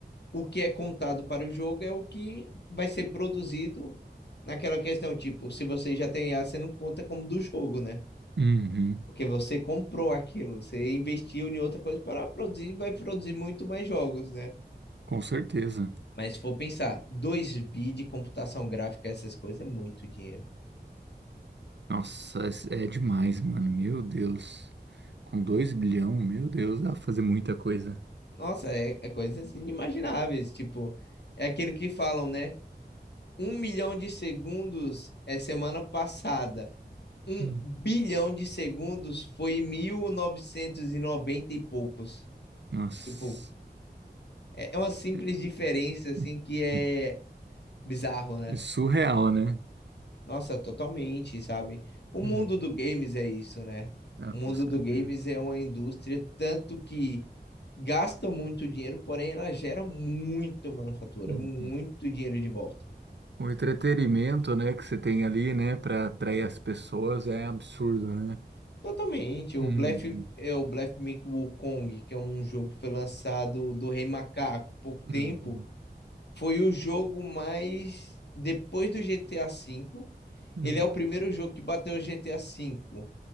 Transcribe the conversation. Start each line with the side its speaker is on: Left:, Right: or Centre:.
Left: o que é contado para o jogo é o que vai ser produzido naquela questão, tipo, se você já tem IA, você não conta como do jogo, né?
Right: Uhum.
Left: Porque você comprou aquilo, você investiu em outra coisa para produzir, vai produzir muito mais jogos, né?
Right: Com certeza.
Left: Mas se for pensar, 2 bi de computação gráfica, essas coisas, é muito dinheiro.
Right: Nossa, é é demais, mano. Meu Deus. Com 2 bilhão, meu Deus, dá pra fazer muita coisa.
Left: Nossa, é, é coisas inimagináveis. Tipo, é aquele que falam, né? Um milhão de segundos é semana passada. Um
Right: Hum.
Left: bilhão de segundos foi em 1990 e noventa e poucos.
Right: Nossa.
Left: Tipo, é é uma simples
Right: É
Left: diferença, assim,
Right: é
Left: que é bizarro, né?
Right: é Surreal, né?
Left: Nossa, totalmente, sabe? O
Right: Uhum.
Left: mundo do games é isso, né?
Right: Ah,
Left: O
Right: com
Left: mundo
Right: certeza.
Left: do games é uma indústria tanto que gasta muito dinheiro, porém ela gera muito manufatura,
Right: Uhum.
Left: muito dinheiro de volta.
Right: O entretenimento, né, que você tem ali, né, para atrair as pessoas é absurdo, né?
Left: Totalmente. O
Right: Uhum,
Left: Bluff, é o Bluff Meet Wukong, que é um jogo que foi lançado do Rei Macaco há pouco
Right: uhum,
Left: tempo, foi o jogo mais depois do GTA V.
Right: uhum.
Left: Ele é o primeiro jogo que bateu o GTA V.